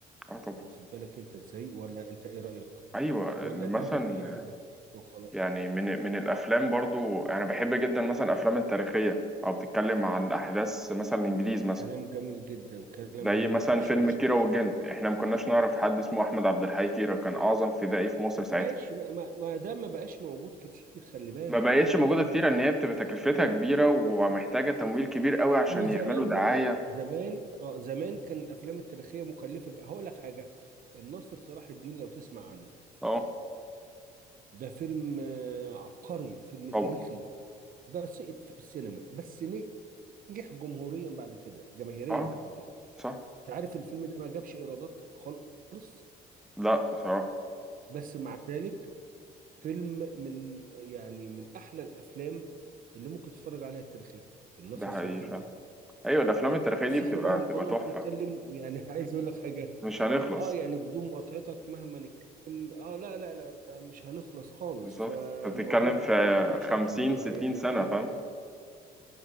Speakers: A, in the centre; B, on the right (about 55°).
A: اه طبعا
B: واخد بالك انت ازاي ولا انت ايه رأيك
A: ايوه
B: ولا
A: إن
B: نقدم
A: مثلا
B: اي حاجة في- وخلاص
A: يعني من من الافلام برضو انا بحب جدا مثلا الافلام التاريخيه او بتتكلم عن احداث مثلا الانجليز مثلا
B: كلام جميل جدا كلام
A: زي
B: جميل
A: مثلا
B: مش
A: فيلم
B: مش
A: كيرة والجن
B: مش
A: احنا ما كناش نعرف حد اسمه احمد عبد الحي كيرة كان اعظم فدائي في مصر ساعتها
B: ماشي ما ما ما ده ما بقاش موجود كتير خلي بالك
A: ما بقتش موجوده كتير ان هي بتبقى تكلفتها كبيره ومحتاجه تمويل كبير قوي عشان
B: وزمان
A: يعملوا دعايه
B: برضك زمان اه زمان كان الافلام التاريخيه مكلفه ج- هقول لك حاجه الناصر صلاح الدين لو تسمع عنه
A: اه
B: ده فيلم آه، عبقري فيلم
A: طبعا
B: تاريخي ده سقط في السينما بس نجح جمهوريا بعد كده جماهيريا
A: اه
B: بعد كده
A: صح
B: انت عارف الفيلم ده ما جابش ايرادات خالص
A: لا بصراحة
B: بس مع ذلك فيلم من يعني من احلى الافلام اللي ممكن تتفرج عليها التاريخيه الناصر
A: ده حقيقي
B: صلاح الدين
A: فعلا أيوة الأفلام التاريخية
B: بص
A: دي بتبقى
B: احنا مهما
A: بتبقى
B: نقعد
A: تحفة
B: نتكلم يعني <laughs> عايز اقول لك حاجه
A: مش هنخلص
B: اه يعني بدون مقاطعتك مهما نتكلم اه لا لا لا لا، مش هنخلص خالص
A: بالظبط
B: فالموضوع
A: أنت بتتكلم في
B: يطول شرحه
A: خمسين
B: فيعني
A: ستين سنة
B: عايز اقول
A: فاهم
B: لك